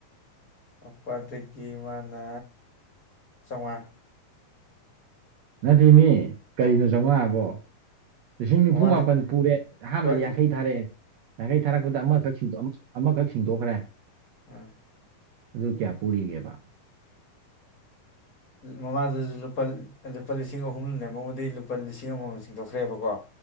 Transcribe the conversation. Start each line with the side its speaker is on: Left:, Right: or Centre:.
Left: ꯕꯄꯥꯗꯒꯤ ꯃꯥꯅ ꯆꯧꯉꯥ
Right: ꯅꯠꯇꯦ ꯃꯤ ꯀꯔꯤꯅꯣ ꯆꯧꯉꯥ ꯑꯕꯣ ꯂꯤꯁꯤꯡ ꯅꯤꯐꯨ
Left: ꯃꯃꯥꯗ
Right: ꯃꯥꯄꯟ ꯄꯨꯔꯦ ꯑꯍꯥꯟꯕꯗ
Left: ꯍꯣꯏ
Right: ꯌꯥꯡꯈꯩ ꯊꯥꯔꯛꯑꯦ ꯌꯥꯡꯈꯩ ꯊꯥꯔꯛꯄꯗ ꯑꯃꯈꯛ ꯁꯤꯡꯗꯣꯛ ꯑꯃꯈꯛ ꯁꯤꯡꯗꯣꯛꯈ꯭ꯔꯦ
Left: ꯑ
Right: ꯑꯗꯨ ꯀꯌꯥ ꯄꯨꯔꯤꯒꯦꯕ
Left: ꯃꯃꯥꯗꯨꯖꯨ ꯂꯨꯄꯥ ꯂꯨꯄꯥ ꯂꯤꯁꯤꯡ ꯑꯍꯨꯝ ꯂꯦꯝꯍꯧꯕꯗꯩꯩ ꯂꯨꯄꯥ ꯂꯤꯁꯤꯡ ꯑꯃꯝꯃꯝ ꯁꯤꯡꯗꯣꯛꯈ꯭ꯔꯦꯕꯀꯣ